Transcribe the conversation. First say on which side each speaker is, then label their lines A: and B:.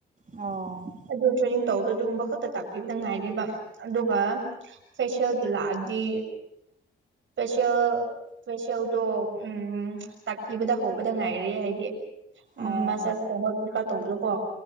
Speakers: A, on the right; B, on the right.
A: ꯑꯣ
B: ꯑꯗꯨ ꯇ꯭ꯔꯦꯅꯤꯡ ꯇꯧꯕꯗꯣ ꯑꯗꯨꯒꯨꯝꯕ ꯈꯛꯇ ꯇꯥꯛꯄꯤꯕꯗ ꯉꯥꯏꯔꯦꯕ ꯑꯗꯨꯒ ꯐꯦꯁꯤꯌꯦꯜꯒꯤ ꯂꯥꯛꯑꯗꯤ ꯏꯁꯦꯦꯜ ꯏꯁꯄꯦꯁꯦꯜꯗꯣ ꯎꯝ ꯇꯥꯛꯄꯤꯕꯗ ꯍꯧꯕꯗ ꯉꯥꯏꯔꯦ ꯍꯥꯏꯗꯤ ꯎ
A: ꯑꯣ
B: ꯃꯆꯥꯁ
A: ꯑꯣ
B: ꯐꯧꯕ ꯀꯩꯀꯥ ꯇꯧꯕꯗꯣ ꯀꯣ